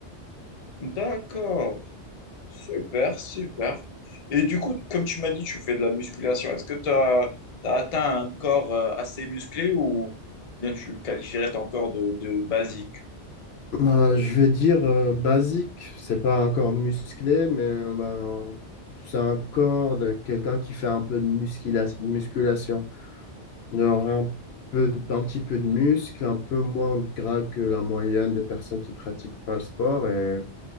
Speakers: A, on the left; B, on the left.
A: d'accord. Super, super. Et du coup, comme tu m'as dit, tu fais de la musculation. Est-ce que tu as, atteint un corps euh, assez musclé ou bien tu qualifierais ton corps de, de basique?
B: Bah, je veux dire euh, basique, c'est pas un corps musclé, mais euh, bah, c'est un corps de quelqu'un qui fait un peu de muscula- musculation. Genre un peu, un petit peu de muscle, un peu moins de gras que la moyenne des personnes qui pratiquent pas le sport. Et